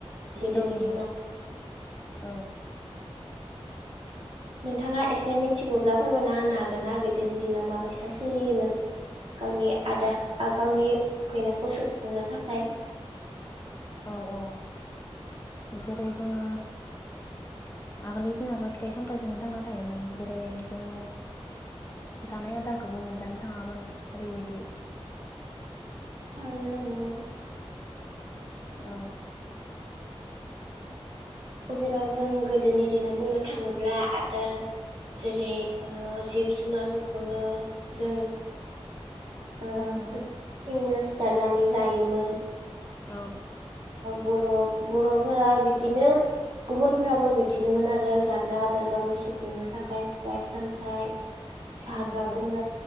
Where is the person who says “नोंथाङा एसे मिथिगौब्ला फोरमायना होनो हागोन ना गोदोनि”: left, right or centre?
Right